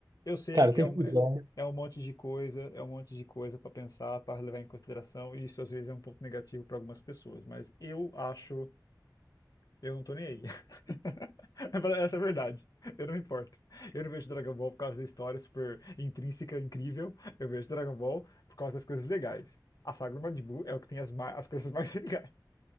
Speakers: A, on the left (about 55°); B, on the right (about 55°).
A: Eu sei
B: Cara,
A: que
B: tem
A: é um,
B: fusão.
A: é, é um monte de coisa, é um monte de coisa para pensar, para levar em consideração, e isso às vezes é um ponto negativo para algumas pessoas, mas eu acho, eu não tô nem aí. <laughs> Essa é a verdade. Eu não me importo. Eu não vejo Dragon Ball por causa da história super intrínseca, incrível. Eu vejo Dragon Ball por causa das coisas legais. A saga do Majin Buu é o que tem as, ma- as coisas mais <laughs> legais.